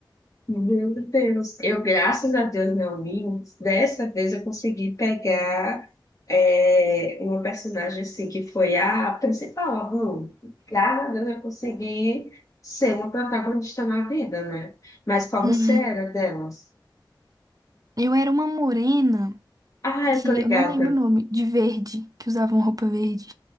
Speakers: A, on the left (about 40°); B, on the right (about 45°).
A: Meu Deus. Eu, graças a Deus, não li. Dessa vez eu consegui pegar é, uma personagem assim que foi a principal, a Blue. Graças a Deus eu consegui ser uma protagonista na vida, né? Mas qual
B: Hum,
A: você era delas?
B: Eu era uma morena,
A: Ah,
B: que
A: eu tô ligada.
B: eu não lembro o nome, de verde, que usava roupa verde.